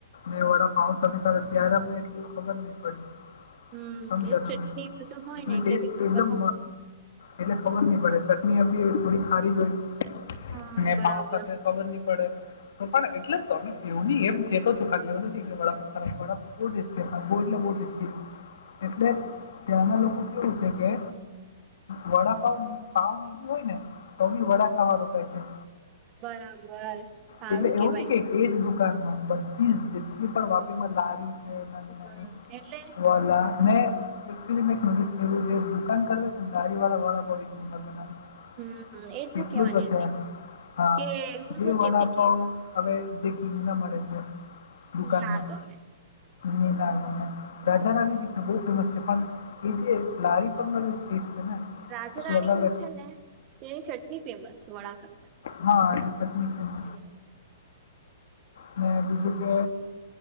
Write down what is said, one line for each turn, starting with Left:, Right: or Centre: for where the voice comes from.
Left: ને વડા પાઉસ ત્યારે અમને એટલું ખબર નહી પડી
Right: હમ
Left: સમજ્યા
Right: એ ચટણી
Left: તમે
Right: બધું હોય
Left: એટલે
Right: ને
Left: ટેસ્ટ
Right: કે ખબર
Left: એકદમ
Right: ના પડે
Left: એટલે ખબર નહ પડે ચટણી એી હો થોડી ખારી જ હોય
Right: હા
Left: ને
Right: બરાબર
Left: પાાવ સાથે ખબર નહી પડે તો પણ એટલે તમે એવની એમ કેતો છો ખાલી એવું નથી કે ખરાબળ કે બો એટલે બહુ ટેસ્ટી એટલે ત્યાંના લોકો કેવું છે કે વડાપાવ ભાવની બી હોય ને તો બી વડા ખાવા રોકાય છે
Right: બરાબર સારું
Left: એટલે એવું
Right: કેવાય
Left: નહીં કે એક એજ દુકાનમાં બધી જ જેટલી પણ વાપીમાં લારી કે નંદની
Right: હમ એટલે
Left: વાલા એકચ મે એક નોટિસ ક દુકાન કર છે ને ગાડી વાળા વાળ નંબર બનાવે
Right: હમ હમ, એ શું
Left: એટલું
Right: કેવાની
Left: તો છે
Right: હતી
Left: હા
Right: કે હું
Left: જે
Right: શું
Left: વડાપાવ
Right: કેતી કે
Left: હવે જે કિંગ ના મળે છે દુકાનમાં
Right: ના ગમે
Left: નિ નાને દજની વિષભ ઉપલો શફાન એ જે લારી પણનો જે સ્પીડ છે ને
Right: રાજરાણી
Left: એ અલગ જ
Right: છે ને તેની ચટણી ફેમસ છે વડા કરતા
Left: હાજ ચકલીક
Right: હમ
Left: મેને બીજું કે